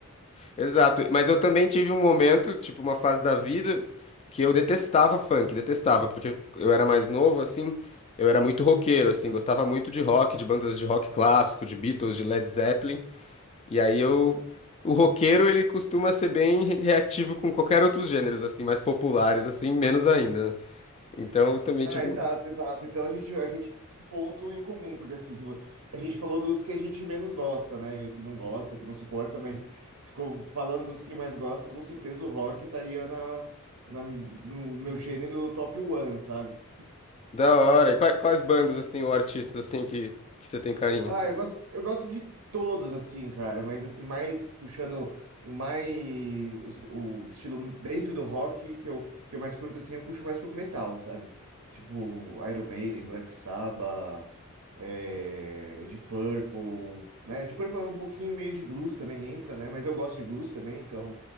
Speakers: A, on the left; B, on the right.
A: Exato, mas eu também tive um momento, tipo, uma fase da vida que eu detestava funk, detestava, porque eu era mais novo, assim, eu era muito roqueiro, assim, gostava muito de rock, de bandas de rock clássico, de Beatles, de Led Zeppelin. E aí eu. O roqueiro, ele costuma ser bem re- reativo com qualquer outros gêneros, assim, mais populares, assim, menos ainda, né? Então, eu também,
B: Ah,
A: tipo,
B: exato, exato. Então a gente, a gente tem um ponto em comum, porque assim, se vo- a gente falou dos que a gente menos gosta, né? Que não gosta, que não suporta, mas se co- falando dos que mais gosta, com certeza o rock estaria na, na- no meu gênero top one, sabe?
A: da hora. E quais, quais bandas, assim, ou artistas, assim, que, que você tem carinho?
B: Ah, eu gosto, eu gosto de todos, assim, cara, mas assim, mais puxando o mais o, o estilo dentro do rock que eu, que eu mais curto, assim, eu puxo mais pro metal, sabe? Tipo, Iron Maiden, Black Sabbath, é, Deep Purple, né? Deep Purple é um pouquinho meio de blues também entra, né? Mas eu gosto de blues também, então